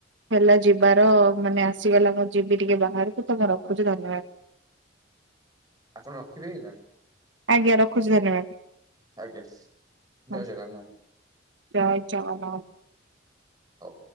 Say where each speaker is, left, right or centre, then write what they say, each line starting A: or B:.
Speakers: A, on the right; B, on the right.
A: ହେଲା ଯିବାର। ମାନେ ଆସିଗଲା ମୁଁ ଯିବି ଟିକେ ବାହାରକୁ ତ ମୁଁ ରଖୁଛି ଧନ୍ୟବାଦ।
B: ଆପଣ ରଖିବେ ନା।
A: ଆଜ୍ଞା ରଖୁଛି ଧନ୍ୟବାଦ।
B: ଆଜ୍ଞା
A: ହଁ
B: ଜୟ ଜଗନ୍ନାଥ।
A: ଜୟ ଜଗନ୍ନାଥ।
B: ହଉ।